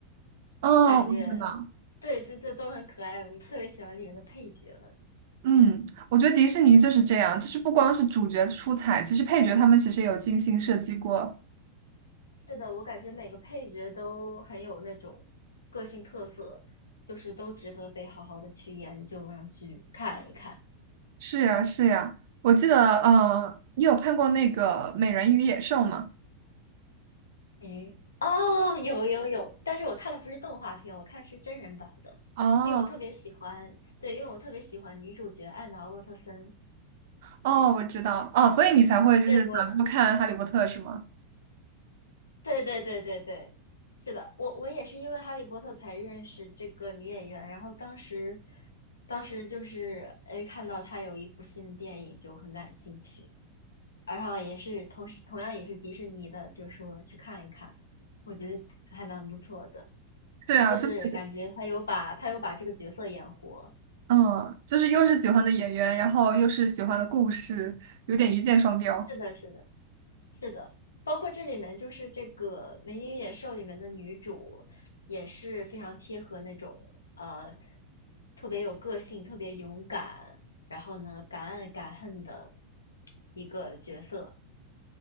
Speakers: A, on the right (about 50°); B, on the left (about 70°).
A: 哦，
B: 感觉
A: 我知道，
B: 对，就就都很可爱。我特别喜欢里面的配角们。
A: 嗯，我觉得迪士尼就是这样，就是不光是主角出彩，其实配角他们其实也有精心设计过。
B: 是的，我感觉每个配角都很有那种个性特色，就是都值得被好好的去研究啊，然后去看一看。
A: 是呀，是呀，我记得，嗯，你有看过那个《美人鱼野兽》吗？
B: 诶，哦，有有有，但是我看的不是动画片，我看是真人版的，
A: 哦，
B: 因为我特别喜欢，对，因为我特别喜欢女主角艾玛沃特森。
A: 哦，我知道，哦，所以你才会就是反复看《哈利波特》是吗？
B: 对，我，对对对对对，是的，我我也是因为《哈利波特》才认识这个女演员，然后当时，当时就是哎看到她有一部新的电影就很感兴趣。然后也是同时同样也是迪士尼的，就是说去看一看，我觉得还蛮不错的，
A: 对啊，
B: 就是感觉他有把他有把这个角色演活。
A: 就是。嗯，就是又是喜欢的演员，然后又是喜欢的故事，有点一箭双雕。
B: 是的，是的，是的，包括这里面就是这个《美女与野兽》里面的女主也是非常贴合那种呃特别有个性、特别勇敢，然后呢敢爱敢恨的一个角色。